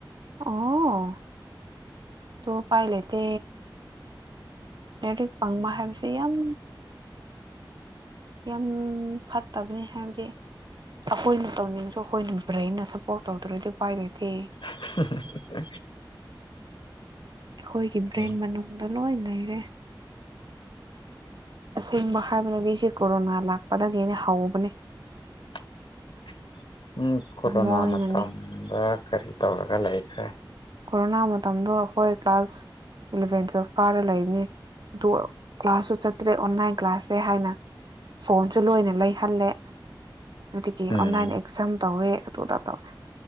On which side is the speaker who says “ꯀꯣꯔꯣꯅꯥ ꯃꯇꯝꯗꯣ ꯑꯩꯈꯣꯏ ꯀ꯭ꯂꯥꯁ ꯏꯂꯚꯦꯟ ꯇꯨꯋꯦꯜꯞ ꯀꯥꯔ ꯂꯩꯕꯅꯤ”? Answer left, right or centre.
Right